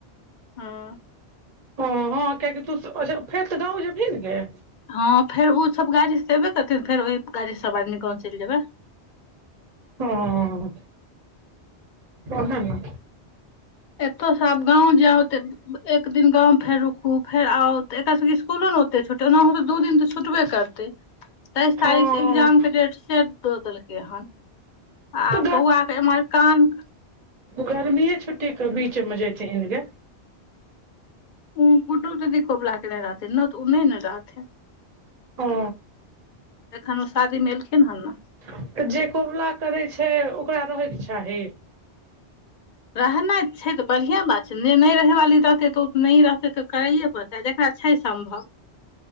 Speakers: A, on the left; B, on the right.
A: हँ
B: हं हँ कियकि तू फेर तऽ गाँव जे बहिन नेगे
A: हँ फेर ओ सब गाड़ी से एबे करथिन फेर ओहि गाड़ी से सब आदमी गाँव चइल जेयबै
B: हँ कहे ना
A: एतो सब गाँव जाउ तऽ एक दिन गाउँ मे फेर रुकू फेर आउ ते एकरा सबी स्कुलो ने औते छोटे ओनाह ते दू दिन तऽ छुटबे करते तेइस
B: हँ
A: तारीख से एकग्जाम के डेट सेदऽ देलकै हन आ
B: तऽ
A: बौआके एमरकान
B: गर्मी ह छुट्टीे बीचेमे जेती ह ग
A: ओ बुड्डू तऽदोवला के नय रहतै नहि तऽ ओ नहि ने रहथि
B: हँ
A: एखन ओ शादी में एलखिन हन ने
B: तऽ जे कबुला करै छय ओकरा रहैके चाही
A: रहनाइ छै ते बढ़ियां बात छय ने नहि रहे वाली रहते तो नहि रहते ते करैेया पड़ते त देखा छय सम्भव